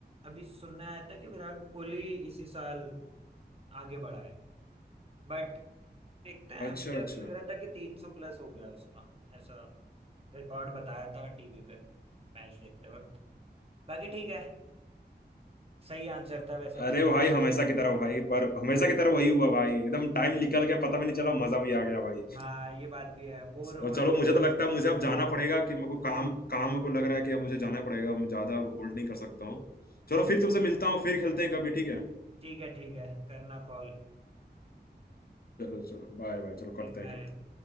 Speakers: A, on the right; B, on the left.
A: अभी सुनने आया था कि विराट कोहली इसी साल आगे बढ़ा है बट देखते हैं
B: है अच्छा
A: मुझे
B: अच्छा
A: लग रहा था कि तीन सौ प्लस हो गया उसका ऐसा रिकॉर्ड बताया था टीवी पे मैच देखते वक्त बाकी ठीक है सही आंसर था वैसे मेरा
B: अरे भाई हमेशा की तरह भाई पर हमेशा की तरह वही हुआ भाई एकदम टाइम निकल गया पता भी नहीं चला मजा भी आ गया भाई
A: हाँ ये बात भी है बोर हो
B: और चलो
A: रहा
B: मुझे तो लगता
A: था
B: है मुझे अब जाना पड़ेगा कि मेरे को काम काम मेरे को लग रहा है कि अब मुझे जाना पड़ेगा मैं ज्यादा होल्ड नहीं कर सकता हूँ चलो
A: ठीक
B: फिर तुमसे मिलता हूँ फिर खेलते हैं कभी ठीक है
A: ठीक है ठीक है करना कॉल
B: चलो चलो बाय बाय चलो करते
A: बाय
B: हैं करते हैं